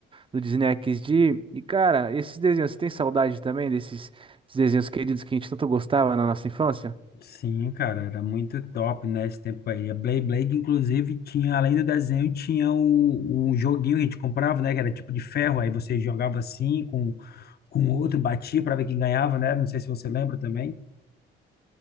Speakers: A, on the right (about 25°); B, on the left (about 50°).
A: do Disney XD. E, cara, esses desenhos, você tem saudade também desses, desses desenhos queridos que a gente tanto gostava na nossa infância?
B: Sim, cara, era muito top, né? Esse tempo aí. A Blade Blade, inclusive, tinha, além do desenho, tinha o, o joguinho que a gente comprava, né? Que era tipo de ferro. Aí você jogava assim com, com outro, batia para ver quem ganhava, né? Não sei se você lembra também.